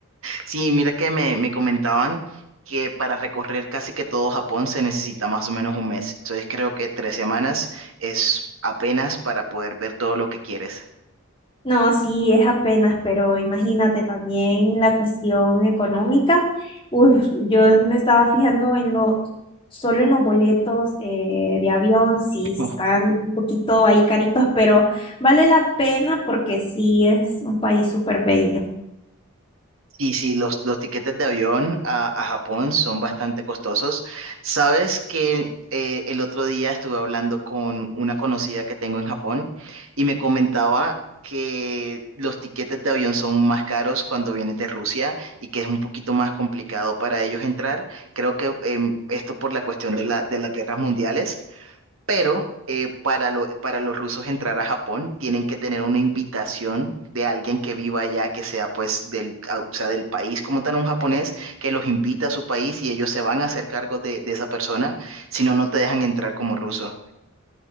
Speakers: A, on the right; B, on the left.
A: Sí, mira que me, me comentaban que para recorrer casi que todo Japón se necesita más o menos un mes. Entonces creo que tres semanas es apenas para poder ver todo lo que quieres.
B: No, sí, es apenas, pero imagínate también la cuestión económica. Uf, yo me estaba fijando en lo, solo en los boletos eh, de avión, sí,
A: <laughs>
B: están un poquito ahí caritos, pero vale la pena porque sí es un país súper bello.
A: Y sí, los, los tiquetes de avión a, a Japón son bastante costosos. Sabes que eh, el otro día estuve hablando con una conocida que tengo en Japón y me comentaba que los tiquetes de avión son más caros cuando vienes de Rusia y que es un poquito más complicado para ellos entrar. Creo que em, esto por la cuestión de la, de las guerras mundiales, pero eh, para, lo- para los rusos entrar a Japón tienen que tener una invitación de alguien que viva allá, que sea pues del, ah, o sea, del país como tal, un japonés, que los invita a su país y ellos se van a hacer cargo de, de esa persona, si no, no te dejan entrar como ruso.